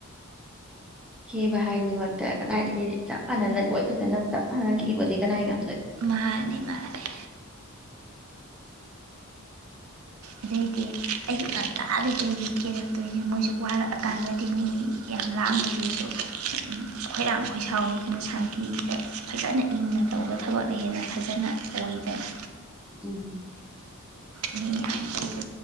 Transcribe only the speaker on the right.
ꯃꯥꯅꯦ ꯃꯥꯅꯦꯦ ꯑꯗꯩꯗꯤ ꯑꯌꯨꯛ ꯉꯥꯟꯇꯥꯥꯟꯗꯗꯒꯤ ꯀꯦꯔꯛꯇꯣꯏꯁ ꯃꯣꯏꯁꯨ ꯋꯥꯔꯛꯑꯀꯥꯟꯗꯗꯤ ꯃꯤ ꯌꯥꯝ ꯂꯥꯡꯕꯗꯨꯁꯨ ꯈꯣꯏꯔꯥꯡ ꯈꯣꯏ ꯁꯥꯎꯅꯤ ꯀꯅꯣ ꯁꯥꯟꯇꯤꯗ ꯐꯖꯅ ꯏꯪꯅ ꯇꯧꯕ ꯊꯕꯛꯅ ꯍꯦꯟꯅ ꯐꯖꯅ ꯑꯣꯏꯗꯅ
ꯃꯤ ꯑꯕꯗꯨ